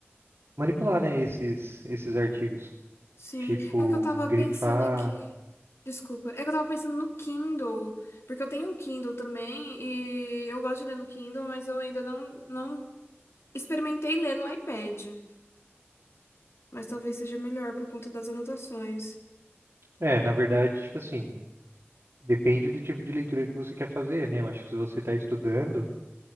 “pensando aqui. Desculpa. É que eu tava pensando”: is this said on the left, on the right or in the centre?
Left